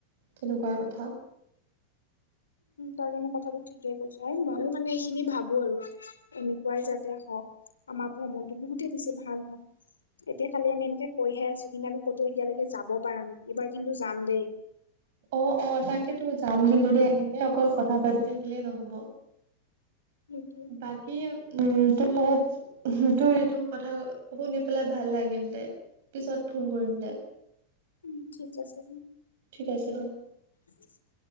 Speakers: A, on the right; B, on the left.
A: তেনেকুৱা কথা।
B: তাৰ মানে কথাটো ঠিকে কৈছ আৰু ময়ো মানে এইখিনি ভাবো আৰু- এনেকুৱাই যাতে হওঁক, আমাৰ ভ্ৰমণটো বহুতে বেছি ভাল হওঁক। এতিয়া খালি আমি এনেকে কৈহে আছো কিন্তু আমি কতো এতিয়ালৈকে যাব পৰা নাই এইবাৰ কিন্তু যাম দেই।
A: অ অ তাকেতো যাম কিন্তু দেই এনেকে অকল কথা পাতি থাকিলেই নহব।
B: সেইটোৱে
A: বাকী- কি উম তোৰ লগত তোৰ এইটো কথা শুনি পেলাই ভাল লাগিল দে। পিছত ফোন কৰিম দে।
B: উম, ঠিক আছে।
A: ঠিক আছে দে।
B: <inaudible>